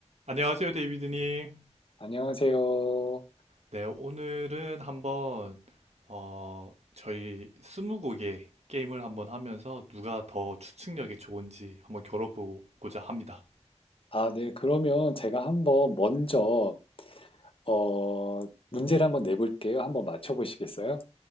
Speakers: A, on the right; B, on the left.
A: 안녕하세요, 데이비드님.
B: 안녕하세요.
A: 네, 오늘은 한번, 어, 저희 스무고개 게임을 한번 하면서 누가 더 추측력이 좋은지 한번 겨뤄보고자 합니다.
B: 아, 네. 그러면 제가 한번 먼저, 어, 문제를 한번 내볼게요. 한번 맞춰보시겠어요?